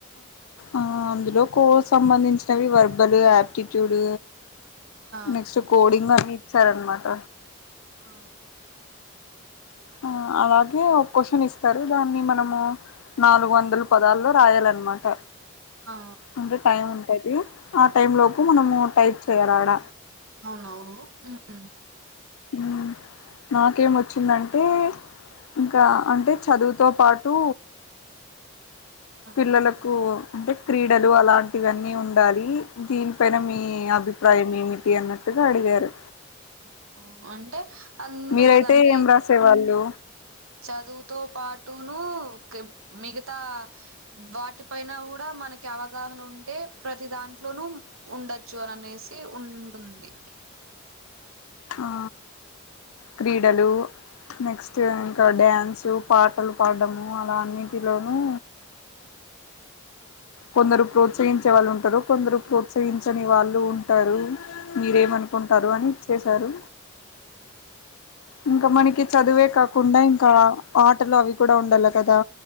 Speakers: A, on the left (about 80°); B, on the right (about 70°).
A: ఆ అందులో కోర్స్ సంబంధించినవి వెర్బల్ ఆప్టిట్యూడ్
B: ఆ
A: నెక్స్ట్ కోడింగ్ అని ఇచ్చారనమాట
B: ఆ
A: ఆ అలాగే ఒక క్వశ్చన్ ఇస్తారు దాన్ని మనము నాలుగు వందల పదాల్లో రాయాలన్నమాట
B: ఆ
A: అంటే టైం ఉంటది ఆ టైమ్ లోపు మనము టైప్ చేయాల ఆడ
B: అవునవును ఊ
A: ఊ నాకేం వచ్చిందంటే ఇంకా అంటే చదువు తో పాటు
B: ఆ
A: పిల్లలకు అంటే క్రీడలు అలాంటివన్నీ ఉండాలి దీనిపైన
B: ఆ
A: మీ అభి ట్రై మీమిపి అన్నట్టుగా అడిగారు
B: అవును అవును అంటే అంతే
A: మీరైతే
B: కదండి
A: ఏం రాసేవాళ్ళు
B: చదువుతో పాటు టు నూ కె మిగతా వాటి పైన కూడా మనకి కి అవగాహన ఉంటే ప్రతి దాంట్లోనూ ఉండొచ్చు అని అనేసి ఉంటుంది
A: ఆ క్రీడలు
B: ఉమ్
A: నెక్స్ట్ ఇంకా డ్యాన్స్ పాటలు పాడ్డము అలా అన్నిటిలోనూ
B: అవు
A: కొందరు ప్రోత్సహించే వాళ్ళు ఉంటారు కొందరు ప్రోత్సహించని వాళ్ళు ఉంటారు మీరేమనుకుంటారు అని ఇచ్చేసారు
B: ఊ
A: ఇంకా మనకి చదువే కాకుండా ఇంకా ఆటలు అవి కూడా ఉండల్ల కదా